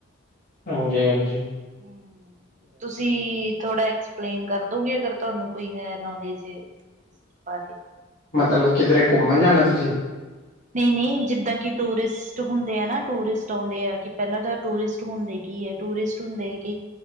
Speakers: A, on the left; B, on the right.
A: ਹਾਂਜੀ-ਹਾਂਜੀ।
B: ਹਮ ' <inaudible> ' ਤੁਸੀਂ ਤੁਸੀਂ ਥੋੜਾ ਐਕਸਪਲੇਨ ਕਰਦੋਗੇ ਅਗਰ ਤੁਹਾਨੂੰ ਕੋਈ ਹੈ ਨੌਲੇਜ ' <inaudible> ' ਬਾਰੇ
A: ਮਤਲਬ ਕਿੱਧਰੇ ਘੁੰਮਣ ਜਾਣਾ ਤੁਸੀਂ?
B: ਨਹੀਂ-ਨਹੀਂ ਜਿੱਦਾਂ ਕਿ ਟੂਰਿਸਟ ਹੁੰਦੇ ਆ ਨਾ, ਟੂਰਿਸਟ ਆਉਂਦੇ ਆ ਕਿ ਪਹਿਲਾਂ ਤਾਂ ਟੂਰਿਸਟ ਹੁੰਦੇ ਕੀ ਹੈ? ਟੂਰਿਸਟ ਹੁੰਦੇ ਆ ਕਿ